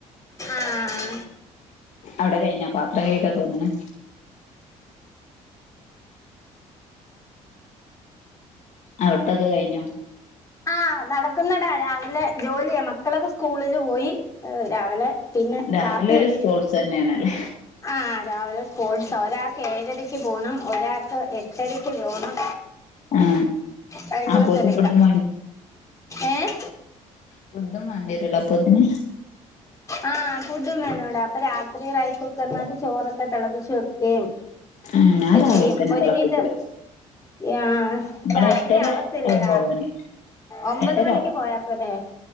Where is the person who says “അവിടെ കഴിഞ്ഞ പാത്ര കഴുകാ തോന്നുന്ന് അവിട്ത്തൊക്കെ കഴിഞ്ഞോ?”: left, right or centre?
Left